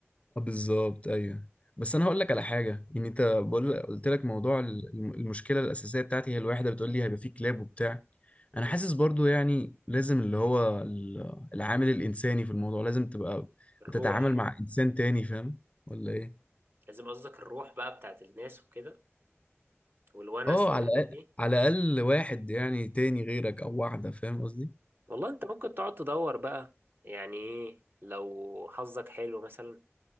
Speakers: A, on the left; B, on the right.
A: آه، بالظبط ايوه بس انا هقول لك على حاجة يعني انت بقول قلت لك موضوع ال- الم- المشكلة الاساسية بتاعتي هي الوحدة بتقول لي هيبقى فيه كلاب وبتاع انا حاسس برضو يعني لازم اللي هو ال- العامل الانساني في الموضوع لازم تبقى
B: الروح
A: بتتعامل مع انسان تاني فاهم ولا ايه
B: لازم قصدك الروح بقى بتاعت الناس وكده والونس
A: اه
B: والحاجات
A: على الأقل-
B: دي
A: على الاقل واحد يعني تاني غيرك او واحده فاهم قصدي
B: والله انت ممكن تقعد تدور بقى يعني ايه لو حظك حلو مثلا